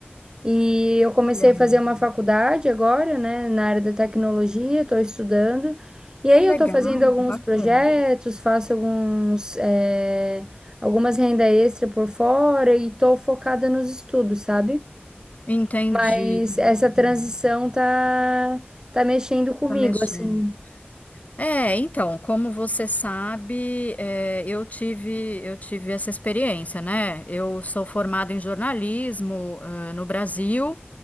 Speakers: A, on the right (about 20°); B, on the left (about 40°).
A: E eu comecei
B: olha,
A: a fazer uma faculdade agora, né, na área da tecnologia, estou estudando. E aí
B: que legal,
A: eu estou fazendo alguns
B: bacana.
A: projetos, faço alguns, eh, algumas renda extra por fora e estou focada nos estudos, sabe?
B: Entendi.
A: Mas essa transição
B: Hum,
A: tá, tá mexendo comigo,
B: tá mexendo.
A: assim.
B: É, então, como você sabe, é, eu tive, eu tive essa experiência, né? Eu sou formada em jornalismo, eh, no Brasil,